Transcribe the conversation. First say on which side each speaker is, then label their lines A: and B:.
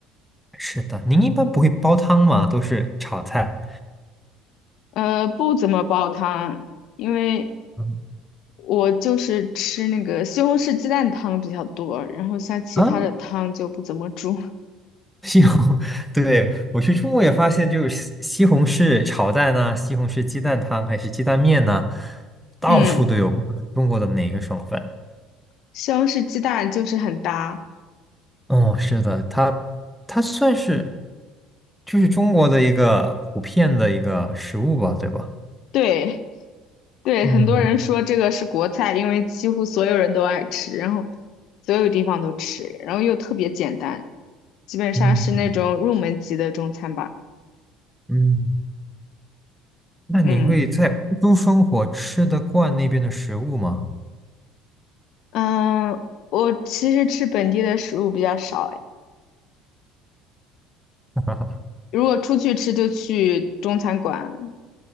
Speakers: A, in the centre; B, on the left.
A: 是的，您一般不会煲汤吗？都是炒菜。
B: 呃，不怎么煲汤，因为
A: 嗯
B: 我就是吃那个西红柿鸡蛋汤比较多，然后像其他的汤就不怎么煮。
A: 啊，西红，<laughs> 对，我去中国也发现，就是西西红柿炒蛋呢、西红柿鸡蛋汤还是鸡蛋面呢、到处都有，
B: 嗯，
A: 不管是中国的哪个省份。
B: 西红柿鸡蛋就是很搭。
A: 哦，是的，它它算是就是中国的一个普遍的一个食物吧，对吧？
B: 对对，
A: 嗯
B: 很多人说这个是国菜，因为几乎所有人都爱吃，然后所有地方都吃，然后又特别简单，基本上是那种入门级的中餐吧。
A: 嗯嗯。那你会在欧洲生活，
B: 嗯
A: 吃得惯那边的食物吗？
B: 嗯，我其实吃本地的食物比较少，
A: <laughs>
B: 如果出去吃就去中餐馆，